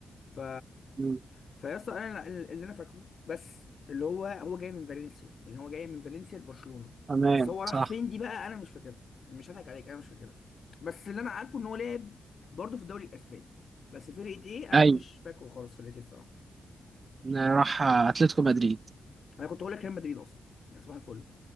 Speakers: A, on the left (about 45°); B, on the right (about 30°).
A: ف
B: مم.
A: فيا اسطى انا اللي انا فاكره بس اللي هو هو جاي من فالنسيا يعني هو جاي من فالنسيا لبرشلونه
B: تمام
A: بس هو راح
B: صح
A: فين دي بقى انا مش فاكرها مش هضحك عليك انا مش فاكرها بس اللي انا عارفه ان هو لعب برضه في الدوري الاسباني بس فرقه ايه انا
B: ايوه
A: مش فاكره خالص فرقه ايه الصراحه
B: راح اتلتيكو مدريد
A: انا كنت هقول لك ريال مدريد اصلا يعني صباح الفل